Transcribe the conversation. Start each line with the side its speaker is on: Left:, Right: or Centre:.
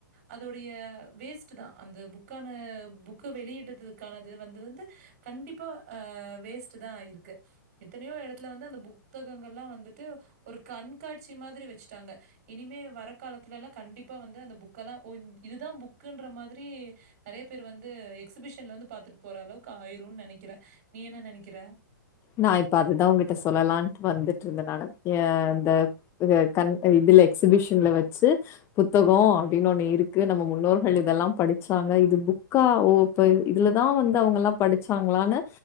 Right: அதோடைய வேஸ்ட் தான் அந்த புக்கான புக்க வெளியிடுறதுக்கானது வந்து வந்து கண்டிப்பா வேஸ்ட் தான் ஆயிருக்கு எத்தனையோ எடத்துல வந்து அந்த புத்தகங்கள்லா வந்துட்டு ஒரு கண்காட்சி மாதிரி வச்சுட்டாங்க இனிமே வரக்காலத்துல எல்லா கண்டிப்பா வந்து அந்த புக் புக்கலா ஓ இந் இதுதான் புக்குன்ற மாதிரி நறைய பேர் வந்து எக்ஸிபிஷன்ல வந்து பாத்துட்டு போற அளவுக்கு ஆயிருந் நெனக்கிறன் நீ என்ன நெனைக்கிற
Left: நான் இப்ப அதுதான் உங்கிட்ட சொல்லலான்ட்டு வந்துட்டுருந்த நானு ய இந்த கண் இதுல எக்ஸிபிஷன்ல வச்சு புத்தகம் அப்டின்னு ஒண்ணு இருக்கு நம்ம முன்னோர்கள் இதெல்லாம் படிச்சாங்க இது புக்கா ஓ ப்ப இதுலதான் வந்து அவுங்கல்லாம் படிச்சாங்களானு